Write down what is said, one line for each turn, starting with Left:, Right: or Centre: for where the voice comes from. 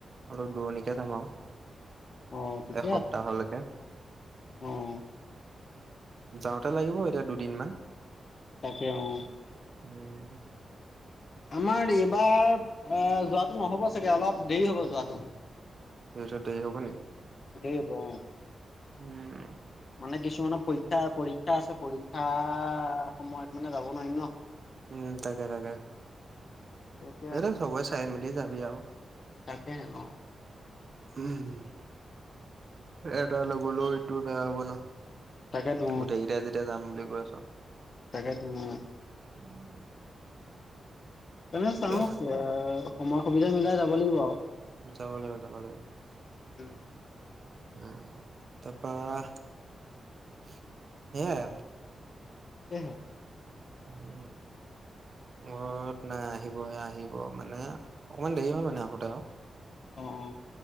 Right: অলপ দূৰণিকে যাম আৰু।
Left: অ', ঠিকে
Right: এসপ্তাহলৈকে
Left: আছে, অ'।
Right: যাওঁতে লাগিব এতিয়া দুদিন মান।
Left: তাকে অ'।
Right: উম।
Left: আমাৰ এইবাৰ অ', যোৱাটো নহ'ব চাগে, অলপ দেৰি হ'ব যোৱাটো।
Right: তহঁতৰ দেৰি হ'ব নেকি?
Left: দেৰি হ'ব, অ'।
Right: উম।
Left: মানে কিছুমানৰ পৰীক্ষা, পৰীক্ষা আছে, পৰীক্ষা সময়ত মানে যাব নোৱাৰিম ন'।
Right: উম, তাকে-তাকে,
Left: এতিয়াতো
Right: এইটো সবৰে চাই মেলি যাবি আৰু।
Left: তাকেহে অ'।
Right: উম, এটা নগলেও ইটোৰ বেয়া হ'ব ন'।
Left: তাকেতো
Right: গোটেইকেইটাই যেতিয়া যাম বুলি কৈ আছ।
Left: তাকেটো, উম।
Right: উম।
Left: এনে
Right: ঠিকে
Left: চাওঁ,
Right: আছে
Left: এ, সময় সুবিধা মিলাই যাব লাগিব আৰু।
Right: যাব লাগিব, যাব লাগিব।
Left: উম।
Right: উম, তাৰপৰা, সেইয়াই আৰু।
Left: এহে।
Right: উম। ঘৰত নাই, আহিবহে, আহিব, মানে অকমান দেৰি হয় মানে আহোতে আৰু।
Left: অ', অ'।